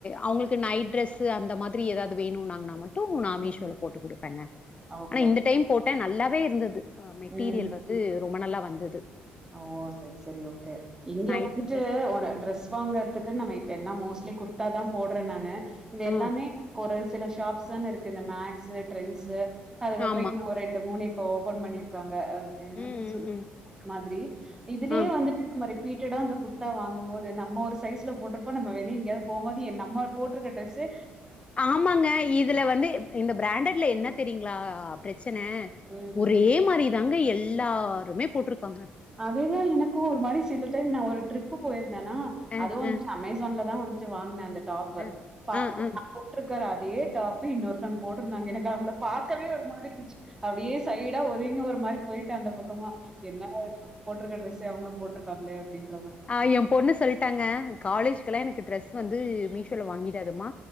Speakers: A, on the left (about 35°); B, on the right (about 20°).
A: அவுங்களுக்கு நைட் ட்ரெஸ் அந்த மாதிரி ஏதாவது வேணும் நாங்கனா மட் டும் நாமிஷலம்
B: ம்.
A: போட்டு குடுப்பேங்க
B: ஓகே,
A: ஆனா இந்த
B: ஓகே.
A: டைம் போட்டேன் நல்லாவே இந்தது ஆமா மெட்டீரியல்
B: ம்.
A: வந்து ரொம்ப நல்லா வந் அது
B: ஓ செரி செரி ஓகே எங்கயாவது
A: நைட் ட்ரெஸ்
B: ஒரு ட்ரெஸ் வாங்கறதுக்குன்னு நம்ம என்ன மோஸ்ட்லி குர்த்தா தான் போடுறேன் நான்னு இது
A: ஆ
B: எல்லாமே ஒரு சில ஷாப்ஸ் தானே இருக்கு இந்த மேக்ஸ்ஸு ட்ரெண்ட்ஸ்ஸு அதுக்கப்புறம்
A: ஆமா
B: இன்னும் ஒரு ரெண்டு மூணு இப்ப ஓபன் பண்ணியிருக்காங்க அ என்னத்த
A: ம் ம்
B: சொல்
A: ம்
B: ப்டி இதுலயே
A: ஆ
B: வந்துட்டு ரிப்பீட்டட்டா அந்த குர்த்தா வாங்கும் போது நம்ம ஒரு சைஸ்ல போட்டிருப்போம் நம்ம வெளிய எங்கயாவது போ போது நம்ம போட்டிருக்க டிரெஸ்ஸு
A: ஆமாங்க இதுல வந்து எப்டி இந்த பிராண்ட்ல என்ன தெரியுங்களா பிரச் சனை
B: ம்
A: ஒரே
B: ம்
A: மாதிரி தாங்க எல் எல்லாருமே போட்டிருக்காங்க
B: அதேதான் எனக்கும் ஒரு மாதிரி சில டைம் நான் ஒரு ட்ரிப் போயிரு ந்தேனா
A: அ,
B: அதுவும் வந்துட்டு
A: அ,
B: அமேஸ்சான்ல தான் வந் துட்டு வாங்கினேன் அந்த டாப்பு
A: அ,
B: டாப்பு
A: அ, அ.
B: <unintelligible> ருக்கற அதே டாப் இன்னோர்தங்க போட் இருந்தாங்க எனக்கு அவுங்கள பார்க்கவே ஒரு மாதிரி இருந்துச்சு அப்டியே சைடா ஒதுங்க ஒரு இது மாரி போயிட்டு அந்த பக்கமா என்னடா போட்டிருக்க டிரெஸ்சே அவுங்களும் போட்டிருக்காங்களே அப்டின்னு
A: ஆ எ பொண்ணு சொல்டாங்க காலேஜ்கொல்லா எனக்கு ட்ரெஸ் வந்து மீஷ் மீஷோல வாங்கிடாதமா